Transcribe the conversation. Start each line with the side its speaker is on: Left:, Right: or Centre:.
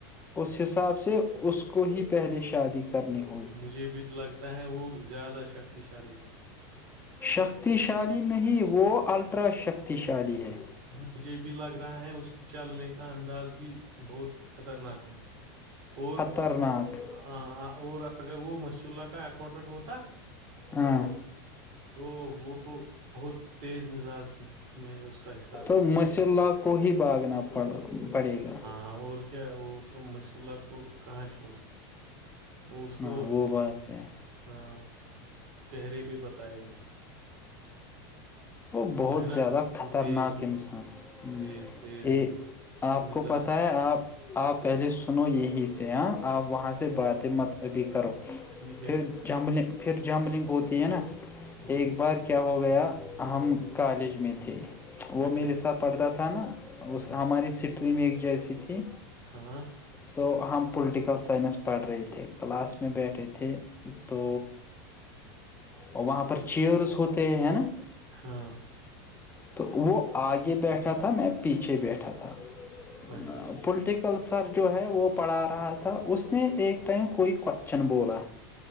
Left: اس حساب سے اس کو ہی پہلے شادی کرنی ہو
Right: مجھے بھی لگتا ہے وہ زیادہ شکتیشالی ہے
Left: شکتیشالی نہیں وہ الٹرا شکتیشالی ہے
Right: مجھے بھی لگ رہا ہے اس کے چلنے کا انداز بھی بہت خطرناک ہے اور
Left: خطرناکھ
Right: ہا ہا اور اگر بو مشر اللہ کا اکاؤونٹنٹ ہوتا
Left: ہاں
Right: تو وہ بہت تیز مزاج میں میں اس کا حص
Left: تو مصر اللہ کو ہی بھاگنا پڑ پڑے گا
Right: ہاں اور کیا وہ تو مسر اللہ کو کہاں چھوڑ او اس کو
Left: ہاں وہ بات ہے
Right: ہا چہہرے پے بتائے گا
Left: وہ بہت
Right: ہے نا
Left: زیادہ خطرناک
Right: وہ تیز ہے
Left: انسان ہے
Right: تیز تیز وہ
Left: ا
Right: اس کا
Left: آپ
Right: مزاج
Left: کو پتہ ہے آپ آپ پہلے سنو یہی سے ہاں آپ وہاں سے
Right: اچھا
Left: باتیں مت ابھی کرو
Right: ٹھیک ہے
Left: پھر جمبلنگ پھر جمبلنگ ہوتی ہے نا
Right: ہ
Left: ایک بار کیا ہو گیا ہم کالج میں تھے وہ
Right: اچھا
Left: میرے ساتھ پڑھتا تھا نا اس ہماری سٹری میں ایک جیسی تھی
Right: ہاں
Left: تو ہم پولیٹیکل سائنس پڑھ رہے تھے کلاس میں
Right: ہاں
Left: بیٹھے تھے تو وہاں پر چیئرس ہوتے ہیں ہے نا
Right: ہاں
Left: تو وہ آگے بیٹھا تھا میں پیچھے بیٹھا تھا ا
Right: اچھا
Left: پولیٹک کل سر جو ہے وہ پڑھا رہا تھا اس نے ایک ٹائم کوئی کوشچن بولا